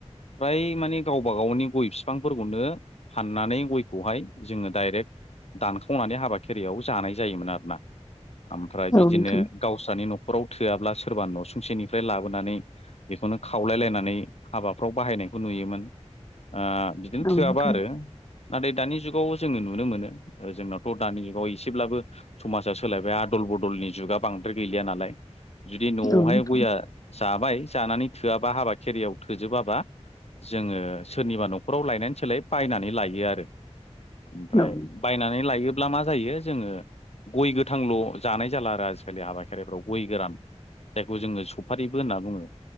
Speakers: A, on the left; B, on the left.
A: फ्राय माने गावबा गावनि गय बिफांफोरखौनो हाननानै गयखौहाय जोङो डाइरेक्ट दानखावनानै हाबा खेराइयाव जानाय जायोमोन आरोना ओमफ्राय
B: औ
A: बिदिनो
B: नोंथां
A: गावस्रानि न'खराव थोयाब्ला सोरबा न'सुंसेनिफ्राय लाबोनानै बेखौनो खावलायलायनानै हाबाफ्राव बाहायनायखौ नुयोमोन ओ बिदिनो
B: औ
A: थोआबा
B: नोंथां
A: आरो। नाथाय दानि जुगाव जोङो नुनो मोनो ओ जोंनावथ' दानि जुगाव एसेब्लाबो समाजा सोलायबाय आदल बदलनि जुगा बांद्राय गैलिया नालाय। जुदि न'आवहाय
B: औ नोंथां
A: गयआ जाबाय जानानै थोआबा हाबा खेराइयाव थोजोबाबा जोङो सोरनिबा न'खराव लायनानै सोलाय बायनानै लायो आरो। ओमफ्राय
B: औ नोंथां
A: बायनानै लायोब्ला मा जायो जोङो गय गोथांल' जानाय जाला आरो आजिखालि हाबा खेराइफ्राव गय गोरान जायखौ जोङो सफारिबो होनना बुङो।